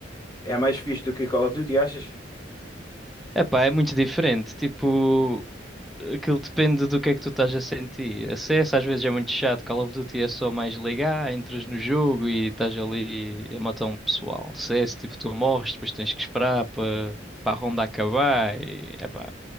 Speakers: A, on the left; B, in the centre.
A: É mais fixe do que Call of Duty, achas?
B: Epá, é muito diferente. Tipo, aquilo depende do que é que tu estás a sentir. A CS às vezes é muito chato. Call of Duty é só mais ligar, entras no jogo e estás ali a matar um pessoal. CS, tipo, tu morres, depois tens que esperar para para a ronda acabar. E, epá,